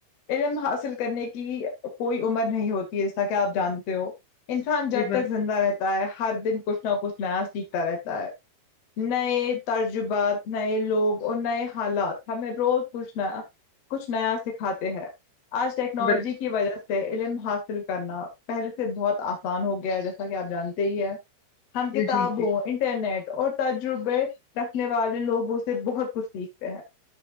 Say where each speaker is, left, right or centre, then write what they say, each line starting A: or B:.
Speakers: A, on the left; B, on the left.
A: علم حاصل کرنے کی کوئی عمر نہیں ہوتی جیسا کہ آپ جانتے ہو انسان جب
B: جی بال
A: تک زندہ رہ تا ہے ہر دن کچھ نہ کچھ نیا سیکھتا رہتا ہے نئے ترجوبات نئے لوگ اور نئے حالات ہمیں روز پوچھنا کچھ نیا سکھاتے ہیں آج ٹیکنالوجی
B: بال
A: کی وجہ سے سے علم حاصل کرنا پہلے سے بہت آسان ہو گیا ہے جیسا کہ آپ جانتے ہی ہیں ہم
B: جی
A: کتاب
B: جی
A: ہو انٹرنیٹ اور تجربے رکھنے والے لوگ اس سے بہت کچھ سیکھتے ہیں